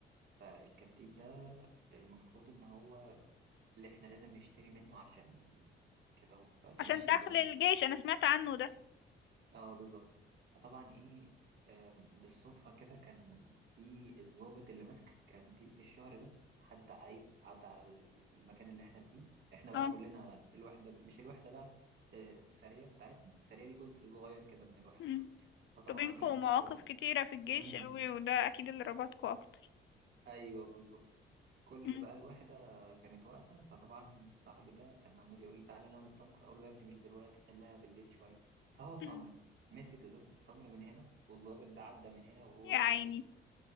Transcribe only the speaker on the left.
عشان دخل
الجيش أنا سمعت عنه ده
اه
مم.
انتوا بينكوا
مواقف
كتيرة في الجيش
قوي وده أكيد اللي ربطكوا أكتر
مم.
مم.
يا عيني